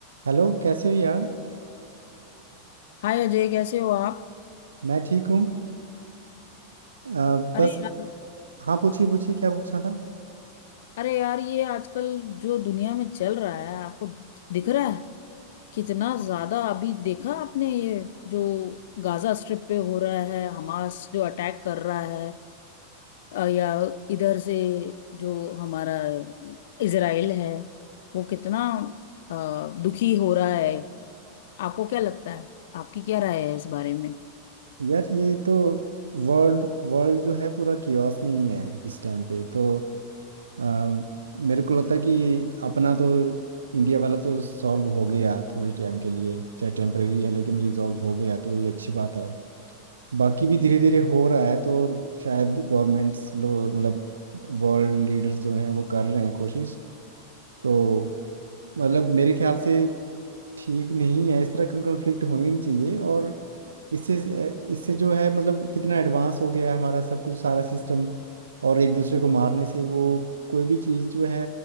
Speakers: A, on the right; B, on the left.
A: Hello कैसे हो यार
B: हाय अजय कैसे हो आप
A: मैं ठीक हूँ अ,
B: अरे
A: बस
B: यार
A: हाँ पूछिए पूछिए क्या पूछना था
B: अरे यार ये आजकल जो दुनिया में चल रहा है आपको दिख रहा है कितना ज्यादा अभी देखा आपने ये जो गाजा स्ट्रिप पे हो रहा है हमास जो अटैक कर रहा है अ, या इधर से जो हमारा इजराइल है वो कितना अ, दुखी हो रहा है आपको क्या लगता है आपकी क्या राय है इस बारे में
A: यार ये तो वर्ल्ड वर्ल्ड जो है पूरा कियोस में ही है इस टाइम पे तो अ, मेरे को लगता है कि अपना तो इंडिया वाला तो सॉल्व हो गया थोड़ी टाइम के लिए चाहे टेम्परेरी है लेकिन रिजॉल्व हो गया तो ये अच्छी बात है बाकी भी धीरे धीरे हो रहा है तो शायद गवर्नमेंट्स लोग मतलब वर्ल्ड लीडर्स जो हैं वो कर रहे हैं कोशिश तो मतलब मेरे ख्याल से ठीक नहीं है इस तरह का कॉन्फ्लिक्ट होने नहीं चाहिए और इससे इससे जो है मतलब कितना एडवांस हो गया है हमारा सब कुछ सारा सिस्टम और एक दूसरे को मारने से वो कोई भी चीज़ जो है